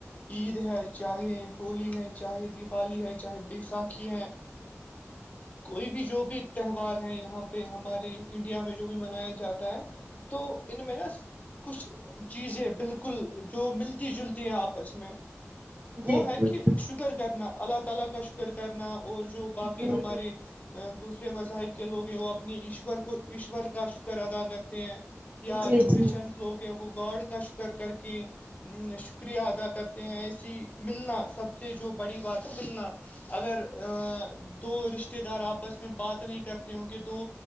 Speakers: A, on the left; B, on the right.
A: عید ہے چاہے ہولی ہے چاہے دیوالی ہے چاہے بیسااکھی ہے کوئی بھی جو بھی تہوار ہے یہاں پہ ہمارے انڈیا میں جو بھی منایا جاتا ہے تو ان میں نا کچھ جی جی بالکل جو ملتی جلتی ہیں آپس میں وہ
B: جی
A: ہے
B: جی
A: کہ
B: جی
A: شکر کرنا اللہ تعالی کا شکر کرنا اور جو باقی
B: جی
A: ہمارے دوسرے مذاہب کے لوگ ہیں وہ اپنی ایشور کو ایشور کا شکر ادا کرتے ہیں یا
B: جی
A: جو
B: جی
A: کرشچنس
B: جی
A: لوگ ہیں وہ گاڈ کا شکر کر کے شکریہ ادا کرتے ہیں ایسی ملنا سب سے جو بڑی بات ہے ملنا اگر ا دو رشتے دار آپس میں بات نہیں کرتے ہوں گے دو